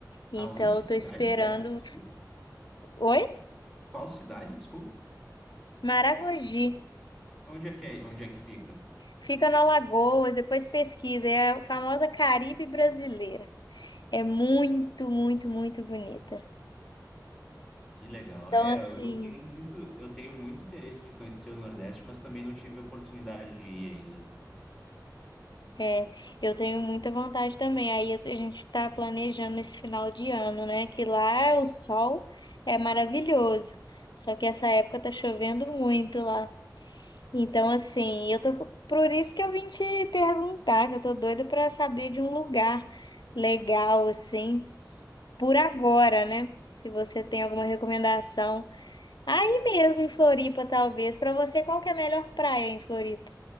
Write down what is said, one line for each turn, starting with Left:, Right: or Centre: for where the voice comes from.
Left: Então
Centre: Aonde? Que
Left: eu
Centre: cidade
Left: tô esperando.
Centre: que é? Desculpa.
Left: Oi?
Centre: Qual cidade? Desculpa.
Left: Maragogi.
Centre: Onde é que é? Onde é que fica?
Left: Fica na Alagoas, depois pesquisa. É a famosa Caribe brasileira. É muito, muito, muito bonita.
Centre: Que legal.
Left: Então,
Centre: É,
Left: assim,
Centre: eu eu tenho muito, eu tenho muito interesse de conhecer o Nordeste, mas também não tive a oportunidade de ir ainda.
Left: é, eu tenho muita vontade também. Aí a gente está planejando esse final de ano, né? Que lá o sol é maravilhoso. Só que essa época tá chovendo muito lá. Então, assim, eu tô. Por isso que eu vim te perguntar, que eu tô doida para saber de um lugar legal, assim, por agora, né? Se você tem
Centre: Sim.
Left: alguma recomendação. Aí mesmo em Floripa, talvez. Pra você, qual que é a melhor praia em Floripa?